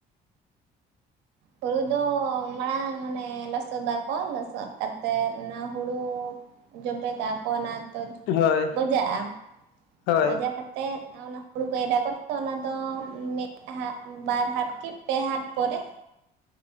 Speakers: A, on the right; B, on the left.
A: ᱦᱩᱲᱩ ᱫᱚ ᱢᱟᱲᱟᱝ ᱢᱟᱱᱮ ᱞᱚᱥᱚᱫᱟᱠᱚ ᱞᱚᱥᱚᱫ ᱠᱟᱛᱮᱫ ᱚᱱᱟ ᱦᱩᱲᱩ ᱡᱚᱵᱮ ᱠᱟᱜ ᱠᱚ ᱚᱱᱟ ᱛᱚ
B: ᱦᱳᱭ
A: ᱜᱚᱡᱟᱜᱼᱟ
B: ᱦᱳᱭ
A: ᱜᱚᱡᱟ ᱠᱟᱛᱮ ᱛᱮ ᱚᱱᱟ ᱦᱩᱲᱩ ᱠᱚ ᱮᱨᱟ ᱠᱚ ᱠᱟᱛᱮ ᱚᱱᱟ ᱫᱚ ᱢᱤᱫ ᱦᱟᱴ ᱵᱟᱨ ᱦᱟᱴ ᱠᱤ ᱯᱮ ᱦᱟᱴ ᱯᱚᱨᱮ
B: <unintelligible>